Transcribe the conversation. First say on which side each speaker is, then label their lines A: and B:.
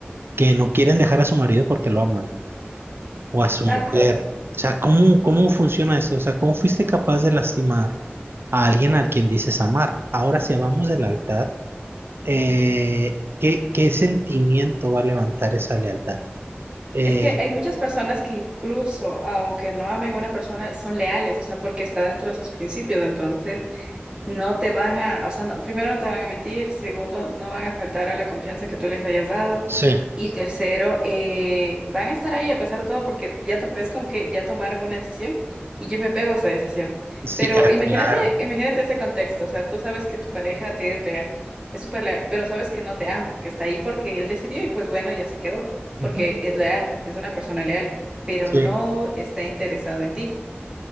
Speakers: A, on the right; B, on the right.
A: que no quieren dejar a su marido porque lo aman. o a
B: Exacto.
A: su mujer. O sea, ¿cómo, cómo funciona eso? O sea, ¿cómo fuiste capaz de lastimar a alguien al quien dices amar? Ahora, si hablamos de lealtad, eh, ¿qué, qué sentimiento va a levantar esa lealtad? Eh,
B: Es que hay muchas personas que incluso, aunque no amen a una persona, son leales, o sea, porque está dentro de sus principios. Entonces, No te van a, o sea, no- primero no te van a mentir, segundo, no van a faltar a la confianza que tú les hayas dado
A: sí,
B: y tercero, eh, van a estar ahí a pesar de todo porque ya to- es como que ya tomaron una decisión y yo me pego a esa decisión.
A: sí,
B: Pero
A: ah,
B: imagínate,
A: claro.
B: imagínate ese contexto, o sea, tú sabes que tu pareja te es real, es súper leal, pero sabes que no te ama, que está ahí porque él decidió y pues bueno, ya se quedó, porque
A: Ujú,
B: es leal, es una persona leal, pero
A: sí.
B: no está interesado en ti,